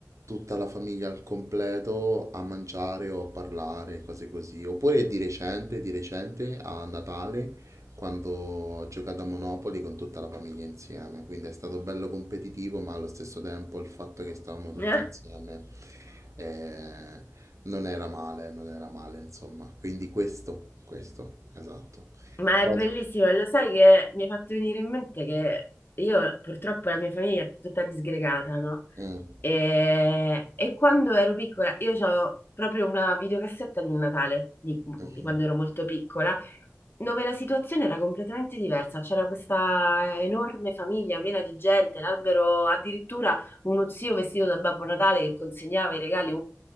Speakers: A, on the right; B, on the left.
A: tutta la famiglia al completo a mangiare o a parlare, cose così. Oppure di recente, di recente a Natale, quando ho giocato a Monopoli con tutta la famiglia insieme. Quindi è stato bello competitivo, ma allo stesso tempo il fatto che stavamo tutti
B: <laughs> Eh?
A: insieme. eh, non era male, non era male, insomma. Quindi questo, questo, esatto.
B: Ma
A: Quasi.
B: è bellissimo, e lo sai che mi hai fatto venire in mente che io purtroppo la mia famiglia è tutta disgregata, no?
A: Mm,
B: E, e quando ero piccola, io ho proprio una videocassetta di un Natale, di, di
A: mhm.
B: quando ero molto piccola, dove la situazione era completamente diversa. C'era questa enorme famiglia piena di gente, l'albero, addirittura uno zio vestito da Babbo Natale che consegnava i regali